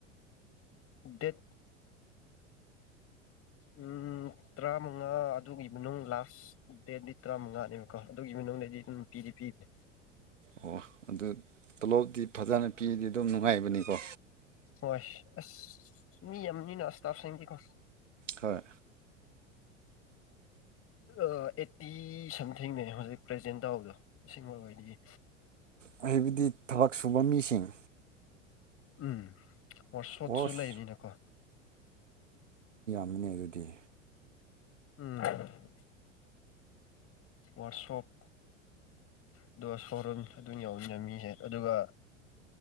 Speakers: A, on the left (about 35°); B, on the right (about 75°).
A: ꯗꯦꯠ ꯎꯝ ꯇꯔꯥꯃꯉꯥ ꯑꯗꯨꯒꯤ ꯃꯅꯨꯡ ꯂꯥꯁ ꯗꯦꯠꯗꯤ ꯇꯔꯥꯃꯉꯥꯅꯦꯕꯀꯣ ꯑꯗꯨꯒꯤ ꯅꯨꯡꯗꯗꯤ ꯑꯗꯨꯝ ꯄꯤꯗꯤ ꯄꯤꯕꯅꯦ
B: ꯑꯣ ꯑꯗꯨ ꯇꯣꯂꯣꯞꯇꯤ ꯐꯖꯅ ꯄꯤꯔꯗꯤ ꯑꯗꯨꯝ ꯅꯨꯡꯉꯥꯏꯕꯅꯤꯀꯣ
A: ꯍꯣꯏ ꯑꯁ ꯃꯤ ꯌꯥꯝꯕꯅꯤꯅ ꯑꯁꯇꯥꯞꯁꯤꯡꯗꯤ ꯀꯣ <inaudible>
B: ꯍꯣꯏ
A: ꯑꯩꯠꯇꯤ ꯁꯝꯊꯤꯡꯅꯦ ꯍꯧꯖꯤꯛ ꯄ꯭ꯔꯖꯦꯟ ꯇꯧꯕꯗꯣ ꯑꯁꯤꯃꯛ ꯑꯣꯏꯅꯤꯌꯦ
B: ꯍꯥꯏꯕꯗꯤ ꯊꯕꯛ ꯁꯨꯕ ꯃꯤꯁꯤꯡ
A: ꯎꯝ ꯑꯣꯔ ꯁꯣꯠꯁꯨ
B: ꯑꯣꯁ
A: ꯂꯩꯔꯤꯅꯀꯣ
B: ꯑꯃꯅꯤ ꯑꯗꯨꯗꯤ
A: ꯎꯝ ꯋꯥꯔꯁꯣꯞ ꯑꯗꯨꯒ ꯁꯣꯔꯨꯝ ꯑꯗꯨꯝ ꯌꯧꯋꯤꯅꯦꯃꯤꯍꯦꯛ ꯑꯗꯨꯒ